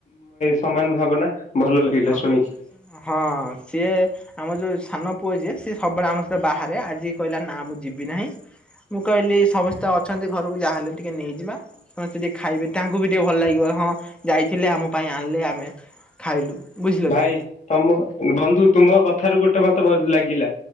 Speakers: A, on the left; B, in the centre.
A: ସମାନ ଭାବନା ଭଲ ଲାଗିଲା
B: ହଁ
A: ଶୁଣିକି।
B: ହଁ ସିଏ ଆମ ଯୋଉ ସାନ ପୁଅ ଯିଏ ସିଏ ସବୁବେଳେ ଆମ ସହିତ ବାହାରେ ଆଜି କହିଲା ନା ମୁଁ ଯିବି ନାହିଁ। ମୁଁ କହିଲି ସମସ୍ତେ ଅଛନ୍ତି ଘରକୁ ଯାହାହେଲେ ଟିକେ ନେଇଯିବା। ସମସ୍ତେ ଟିକେ ଖାଇବେ ତାଙ୍କୁ ବି ଟିକେ ଭଲ ଲାଗିବ ହଁ ଯାଇଥିଲେ ଆମ ପାଇଁ ଆଣିଲେ ଆମେ ଖାଇଲୁ। ବୁଝିଲ
A: ଭାଇ
B: କି
A: ତମ ବନ୍ଧୁ ତୁମ କଥାରୁ ଗୋଟେ ମତ ଲାଗିଲା